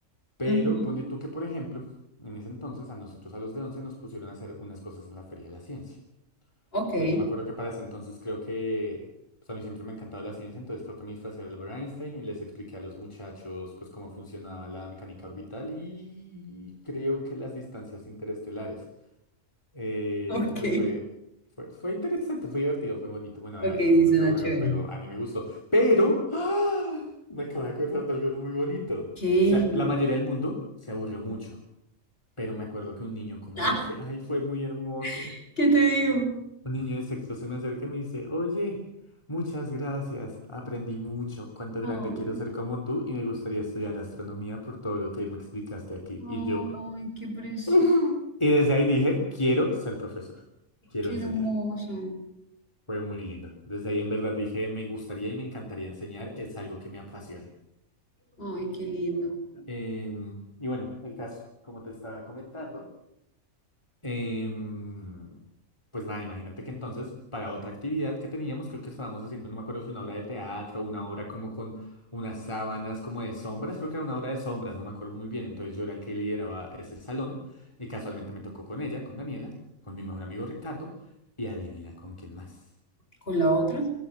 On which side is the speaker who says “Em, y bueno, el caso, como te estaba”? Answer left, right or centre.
Left